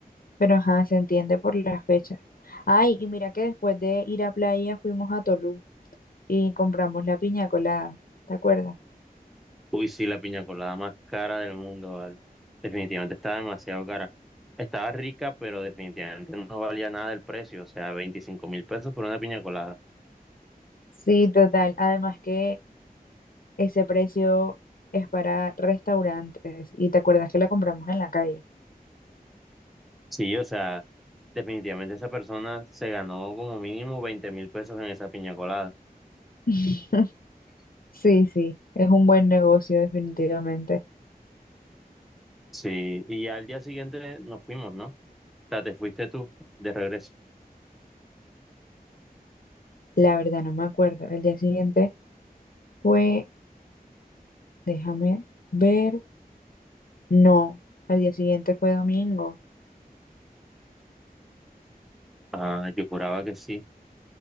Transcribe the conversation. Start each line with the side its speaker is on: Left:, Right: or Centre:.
Left: Pero ajá, se entiende por las fechas. Ay, y mira que después de ir a playa fuimos a Tolú y compramos la piña colada, ¿te acuerdas?
Centre: Uy, sí, la piña colada más cara del mundo, ¿vale? Definitivamente estaba demasiado cara. Estaba rica, pero definitivamente no valía nada el precio, o sea, veinticinco mil pesos por una piña colada.
Left: Sí, total. Además que ese precio es para restaurantes y te acuerdas que la compramos en la calle.
Centre: Sí, o sea, definitivamente esa persona se ganó como mínimo veinte mil pesos en esa piña colada.
Left: <laughs> Sí, sí, es un buen negocio definitivamente.
Centre: Sí, y ya al día siguiente nos fuimos, ¿no? O sea, te fuiste tú de regreso.
Left: La verdad no me acuerdo. El día siguiente fue, déjame ver, no, el día siguiente fue domingo.
Centre: Ah, yo juraba que sí.